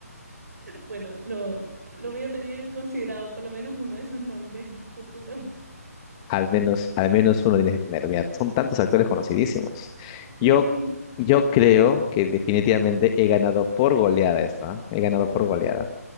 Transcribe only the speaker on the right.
Bueno, lo, lo voy a tener considerado por lo menos uno de esos nombres a futuro. <laughs>
Sí.